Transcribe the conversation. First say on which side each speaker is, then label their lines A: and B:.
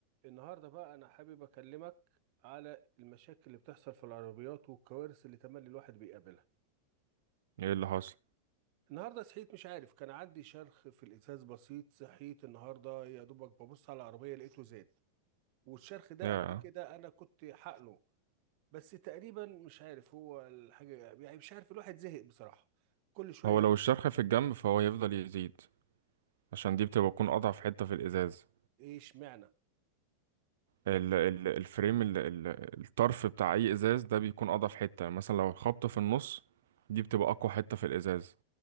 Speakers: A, on the right; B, on the right.
A: النهاردة بقى أنا حابب أكلمك على المشاكل اللي بتحصل في العربيات والكوارث اللي تملي الواحد بيقابلها
B: ايه اللي حصل
A: النهاردة صحيت مش عارف كان عندي شرخ في الإزاز بسيط صحيت النهاردة يا دوبك ببص على العربية لقيته زاد والشرخ ده
B: يا
A: قبل كده أنا كنت حقنه بس تقريبا مش عارف هو الحاجة يعني مش عارف الواحد زهق بصراحة كل شوية
B: هو
A: يلاقي
B: لو الشرخ
A: مشكلة
B: في الجنب فهو يفضل يزيد عشان دي بتبقى تكون اضعف حتة في الازاز
A: إيه اشمعنى
B: ال ال الفريم ال ال الطرف بتاع اي ازاز ده بيكون اضعف حتة يعني مثلا لو الخبطة في النص دي بتبقى اقوى حتة في الازاز